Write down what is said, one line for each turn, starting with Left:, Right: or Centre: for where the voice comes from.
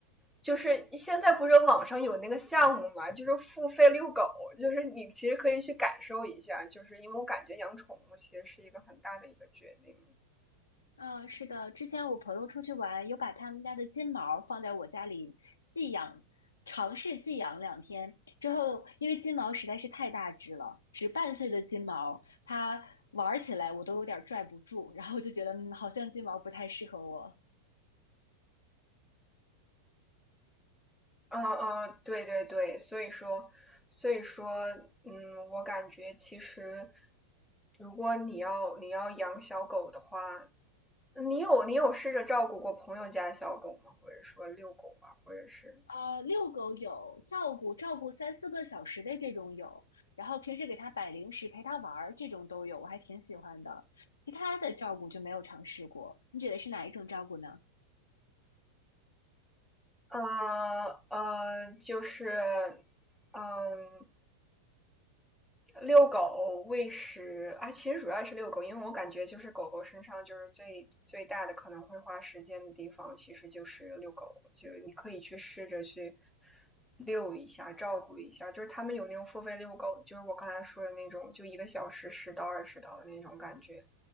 Centre: 就是现在不是网上有那个项目嘛，就是付费遛狗，就是你其实可以去感受一下，就是因为我感觉养宠物其实是一个很大的一个决定。
Left: 嗯，是的，之前我朋友出去玩，有把他们家的金毛放在我家里寄养，尝试寄养两天之后，因为金毛实在是太大只了，只半岁的金毛，它玩起来我都有点儿拽不住，然后就觉得，嗯，好像金毛不太适合我。
Centre: 嗯嗯，对对对，所以说，所以说，嗯，我感觉其实，如果你要你要养小狗的话，你有你有试着照顾过朋友家的小狗吗？或者说遛狗啊，或者是，
Left: 啊，遛狗有，照顾照顾三四个小时的这种有，然后平时给它摆零食、陪它玩儿这种都有，我还挺喜欢的。其他的照顾就没有尝试过，你指的是哪一种照顾呢？
Centre: 呃呃，就是，嗯。遛狗喂食啊，其实主要是遛狗，因为我感觉就是狗狗身上就是最最大的可能会花时间的地方，其实就是遛狗，就你可以去试着去遛一下，照顾一下。就是他们有那种付费遛狗，就是我刚才说的那种，就一个小时十到二十刀的那种感觉，